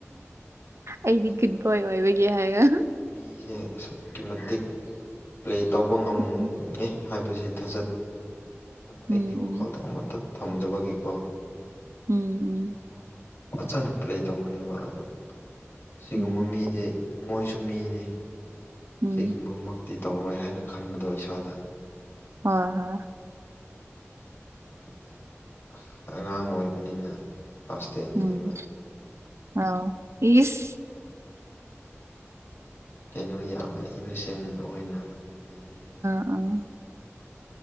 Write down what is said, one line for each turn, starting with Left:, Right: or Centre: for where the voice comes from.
Right: ꯑꯩꯗꯤ
Left: ꯊꯥꯖꯕ
Right: ꯒꯨꯠ ꯕꯣꯏ ꯑꯣꯏꯕꯒꯤ ꯍꯥꯏꯔꯣ
Left: ꯃꯤꯁꯦ ꯑꯁꯨꯛꯀꯤ ꯃꯇꯤꯛ ꯄ꯭ꯂꯦ ꯇꯧꯕ ꯉꯝꯉꯦ
Right: ꯎꯝ
Left: ꯍꯥꯏꯕꯁꯤ ꯊꯥꯖꯠ ꯑꯩꯒꯤ
Right: ꯎꯝ
Left: ꯋꯥꯈꯜꯗ ꯑꯃꯠꯇ ꯊꯝꯗꯕꯒꯤꯀꯣ
Right: ꯎꯝ ꯎꯝ
Left: ꯃꯣꯏ ꯐꯖꯅ ꯄ꯭ꯂꯦ ꯇꯧꯕꯅꯦꯕ ꯑꯗꯣ ꯑꯁꯤꯒꯨꯝꯕ
Right: ꯎꯝ
Left: ꯃꯤꯗꯤ ꯃꯣꯏꯁꯨ ꯁꯨꯝꯃꯤꯅꯤ
Right: ꯎꯝ
Left: ꯁꯤꯒꯨꯝꯕꯃꯛꯇꯤ ꯇꯧꯔꯣꯏ ꯍꯥꯏꯅ ꯈꯟꯕꯗꯣ ꯏꯁꯥꯗ
Right: ꯍꯣꯏ ꯍꯣꯏ
Left: ꯑꯗꯨꯗ ꯑꯉꯥꯡ ꯑꯣꯏ ꯕꯅꯤꯅ ꯑꯁꯇꯦ ꯏꯟꯗꯤꯅꯤꯕ
Right: ꯎꯝ ꯑ ꯏꯁ
Left: ꯀꯩꯅꯣ ꯌꯥꯝꯅ ꯏꯅꯣꯁꯦꯟ ꯑꯣꯏꯅ ꯂꯩꯕꯅꯦꯕ
Right: ꯑ